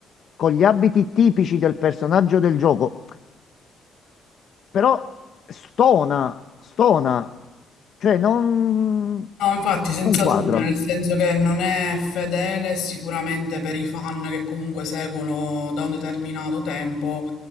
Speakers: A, on the left; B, on the left.
A: con gli abiti tipici del personaggio del gioco, però stona, stona, cioè non,
B: No, infatti, senza
A: non quadra.
B: dubbio, nel senso che non è fedele sicuramente per i fan che comunque seguono da un determinato tempo,